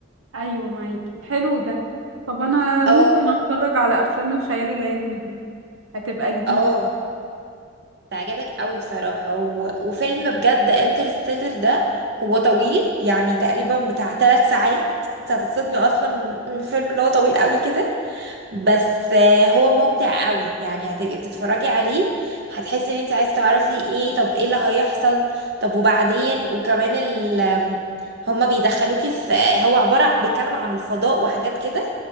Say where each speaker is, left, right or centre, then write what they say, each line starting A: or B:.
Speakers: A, on the right; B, on the right.
A: ايوه معاكي حلو ده طب انا ممكن
B: اه
A: اتفرج على افلام الخيال العلمي دي هتبقى جديد
B: اه تعجبك قوي بصراحة و... وفيلم بجد انترستيلر ده هو طويل يعني تقريبا بتاع ثلاث ساعات انت هتتصدمي اصلا من الفيلم ان هو طويل قوي كده بس آه، هو ممتع قوي يعني هتبقي بتتفرجي عليه هتحسي ان انت عايز تعرفي ايه طب ايه اللي هيحصل طب وبعدين وكمان ال آم، هما بيدخلوكي في هو عبارة بيتكلم عن الفضاء وحاجات كده